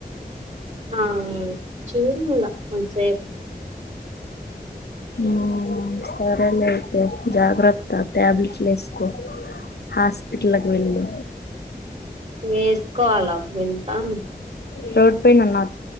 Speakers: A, on the right (about 45°); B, on the left (about 85°).
A: ఆ చూడు <unintelligible>
B: ఉమ్ సరేలే అయితే జాగ్రత్త టాబ్లెట్లూ వేసుకో హాస్పిటల్కి వేళ్ళు
A: వేసుకోవాల <unintelligible>
B: త్రోట్ పెయిన్ అన్న